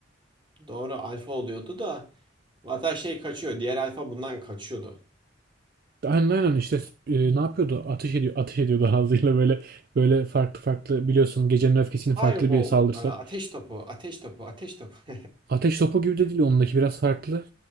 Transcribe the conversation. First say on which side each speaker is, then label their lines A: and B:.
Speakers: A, on the right (about 25°); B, on the right (about 50°).
A: Doğru alfa oluyordu da zaten şey kaçıyor. Diğer alfa bundan kaçıyordu.
B: Aynen aynen işte e, ne yapıyordu? Ateş ediyor, ateş ediyordu <laughs> ağzıyla böyle böyle farklı farklı biliyorsun gecenin öfkesinin
A: Fireball,
B: farklı bir saldırısı.
A: e, ateş topu, ateş topu, ateş topu. <laughs>
B: Ateş topu gibi de değil ondaki biraz farklı.